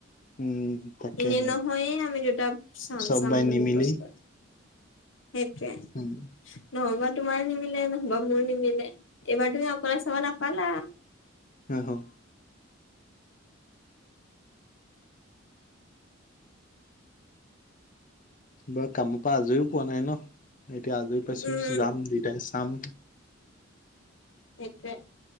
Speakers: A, on the left; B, on the left.
A: উম তাকেহে
B: এনে নহয়ে আমি দুটা চাম
A: চবাই
B: চাম বুলি
A: নিমিলি
B: প্ৰশ্ন সেইটোৱে
A: উম
B: নহবা তোমাৰ নিমিলে নহ'বা মোৰ নিমিলে। এবাৰ তুমি অকলে চাব নাপালা।
A: হেল্ল বাৰু কামৰ পৰা আজৰিও পোৱা নাই ন এতিয়া আজৰি পাইছো
B: উম
A: যাম দুয়টাই চাম।
B: সেইটোৱে।